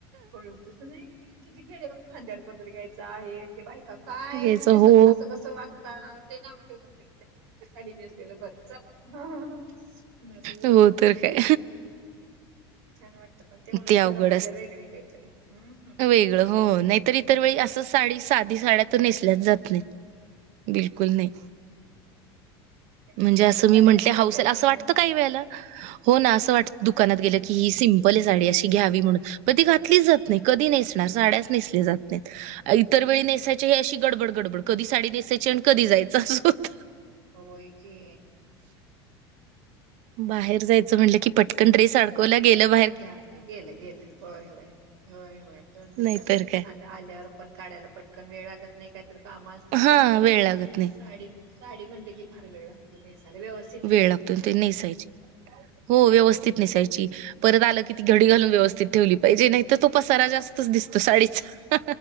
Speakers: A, on the right; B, on the right.
A: <unintelligible> तसं नाही तीथे खेडेगावात खांद्यावर पदर घ्यायचा आहे. ते बायका काय,
B: घ्यायचं
A: म्हणजे
B: हो.
A: असं कसं वागता. ते नाव ठेवतात लगेच. त्यापेक्षा ते साडी नेसलेलं बर. चला. कुणाचं बोलन
B: हो
A: खाऊन
B: तर
A: घ्यायला
B: काय.
A: छान वाटतं पण, तेवढंच
B: ते
A: जरा
B: अवघड
A: मजा वेगळी काहीतरी. हम्म.
B: सगळ. हो. नाहीतरी इतर वेळी असं साडी साधी साड्यात नेसल्याच जात नाही. बिलकुल नाही.
A: त्याच्या
B: म्हणजे
A: साध्या
B: असं
A: साड्या
B: मी म्हंटले
A: तर पडल्यात
B: हाऊसहोइल असं
A: माझ्या
B: वाटत
A: किती
B: काही वेळेला. हो ना असं वाट दुकानात गेलं की ही सिंपले साडी अशी घ्यावी म्हणून. पण ती घातलीच जात नाही. कधी नेसणार. साड्याच नेसल्या जात नाही. इतर वेळी नेसायची. हे अशी गडबड गडबड. कधी साडी नेसायची आणि कधी जायचं अस होत.
A: होय कि.
B: बाहेर जायचं म्हटलं की, पटकन ड्रेस अडकवला गेलं बा
A: घातलं. गेलं गेलं. होय होय. होय होय. दोन मिनिटात
B: नाहीतर काय
A: आल. आल्यावर पण काढायला पटकन वेळ लागत नाही. काहीतरी काम असतात.
B: हा
A: गडबड असती.
B: वेळ लागत नाही
A: साडी साडी म्हणल की फार वेळ लागतो नेसायला. व्यवस्थ
B: वेळ लागतो. ते नेसायची. हो व्यवस्थित
A: हम्म
B: नेसायची. परत आलं किती घडी घालून व्यवस्थित ठेवली पाहिजे. नाही तर तो पसारा जास्तच दिसतो. साडीचा.